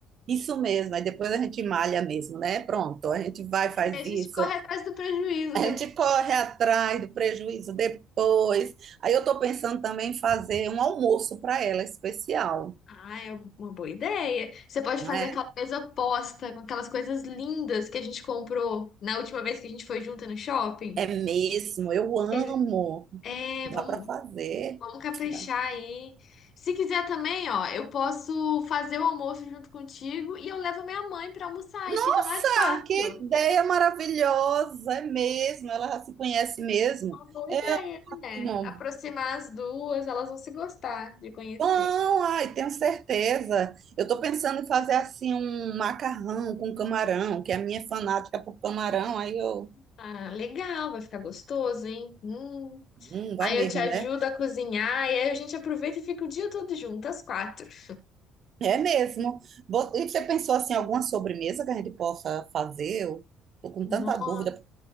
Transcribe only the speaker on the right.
isso mesmo. Aí depois a gente malha mesmo, né? Pronto, a gente vai, faz
isso.
A
gente corre atrás do prejuízo depois. Aí eu tô pensando também em fazer um almoço para ela especial.
né?
É mesmo, eu amo.
Dá
para fazer.
Dá-
Nossa,
que ideia maravilhosa, é mesmo. Ela já se conhece mesmo.
É
ótimo.
Bom, ai, tenho certeza. Eu estou pensando em fazer assim um macarrão com camarão, que a minha é fanática por camarão, aí eu,
hum, vai
mesmo,
né?
É mesmo. Bo- E você pensou assim, alguma sobremesa que a gente possa fazer? Eu tô com
tanta dúvida.